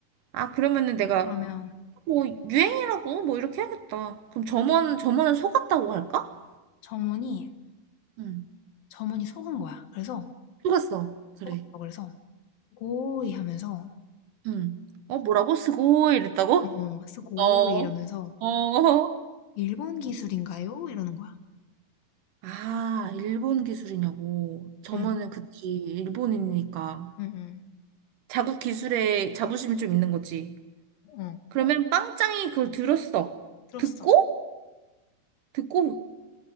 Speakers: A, on the right; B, on the left.
A: 아, 그러면은 내가
B: 그러면
A: 뭐, 유행이라고 뭐, 이렇게 해야겠다. 그럼 점원, 점원은 속았다고 할까?
B: 점원이
A: 응.
B: 점원이 속은 거야. 그래서
A: 속았어. 그래.
B: 속았어. 그래서 고이 하면서
A: 응. 어, 뭐라고? 스고 이랬다고?
B: 어 쓰고이
A: 어,
B: 이러면서
A: 어,
B: "일본 기술인가요?" 이러는 거야.
A: 아, 일본 기술이냐고. 저만은
B: 응.
A: 그치, 일본인이니까.
B: 응, 응,
A: 자국 기술에 자부심이 좀 있는 거지.
B: 어.
A: 그러면 빵짱이 그걸 들었어.
B: 들었어.
A: 듣고, 듣고,